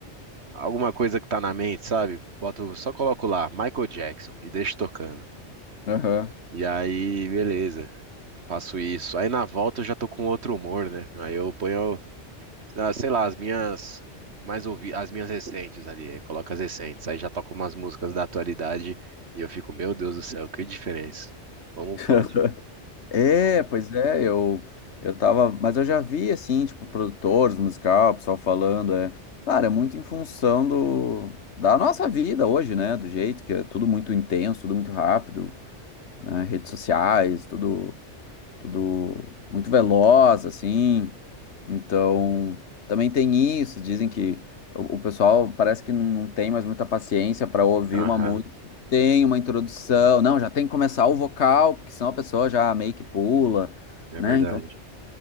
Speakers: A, on the right; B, on the left.
A: Alguma coisa que tá na mente, sabe? Boto, só coloco lá, Michael Jackson, e deixo tocando.
B: Aham.
A: E aí, beleza, faço isso. Aí na volta eu já tô com outro humor, né? Aí eu ponho, ah, sei lá, as minhas mais ouvi, as minhas recentes ali, aí coloco as recentes. Aí já toco umas músicas da atualidade e eu fico, meu Deus do céu, que diferença. Como
B: <laughs>
A: pode?
B: É,
A: Como-
B: pois é, eu, eu tava, mas eu já vi, assim, tipo, produtores musical, pessoal falando, é, claro, é muito em função do, da nossa vida hoje, né, do jeito que é tudo muito intenso, tudo muito rápido, né, redes sociais, tudo tudo muito veloz, assim. Então, também tem isso. Dizem que o, o pessoal parece que não tem mais muita paciência para ouvir
A: Aham,
B: uma música. Tem uma introdução, não, já tem que começar o vocal, porque senão a pessoa já meio que pula,
A: é
B: né?
A: verdade.
B: Então,